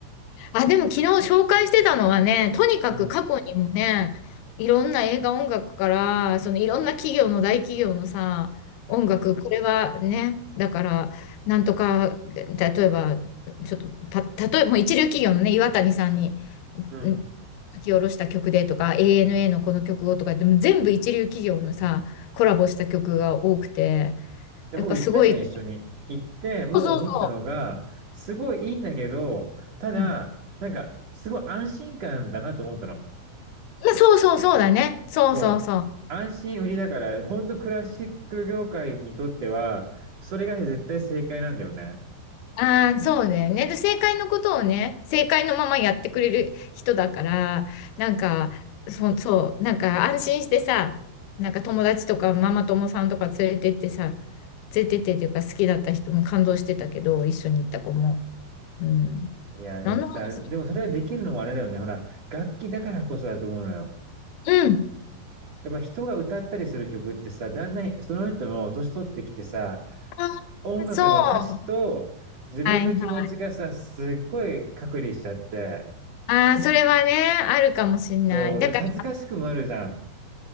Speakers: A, on the left; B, on the right.
A: あ、でも昨日紹介してたのはね、とにかく過去にもね、
B: うん。
A: いろんな映画音楽から、そのいろんな企業の大企業のさ、
B: うん。
A: 音楽、これはね、だから、なんとか、例えば、ちょっと、た、例えば、もう一流企業のね、岩谷さんに、
B: うん
A: うん、書き下ろした曲でとか、ANA のこの曲をとか言って、もう全部一流企業のさ、コラボした曲が多くて、
B: で、
A: やっぱすごい、
B: 僕行ったじゃん、一緒に。行って、僕が思ったのが、
A: そうそうそ
B: すごいいいんだけど、ただ、
A: う、うん、
B: なんか、すごい安心感だなと思ったの。
A: まあ、そうそうそうだね、そうそうそう。
B: そう。安心売りだから、ほんとクラシック業界にとっては、それが絶対正解なんだよね。
A: ああ、そうだよね。で、正解のことをね、正解のままやってくれる人だから、なんか、そ、そう、なんか安心してさ、なんか友達とかママ友さんとか連れてってさ、連れてってっていうか好きだった人も感動してたけど、一緒に行った子も。うん。
B: いや、でもさ、
A: 何の話
B: でもそれができるのもあれだよね。ほら、楽器だからこそだと思うのよ。
A: うん。
B: やっぱ人が歌ったりする曲ってさ、だんだんその人も年取ってきてさ、
A: あ
B: 音楽の歌詞と自分の気持ちがさ、
A: あ、そう。はいはい。
B: すっごい隔離しちゃって、
A: ああ、それはね、あるかもしんない。
B: そう、
A: だから
B: だから恥ずかしくもあるじゃん。